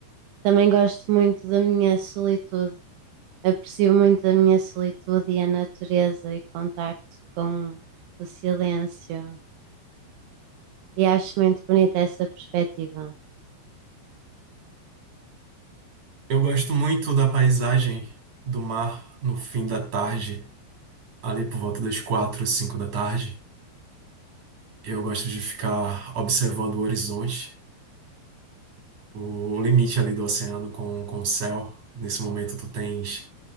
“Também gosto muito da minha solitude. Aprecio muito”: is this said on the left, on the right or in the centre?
Right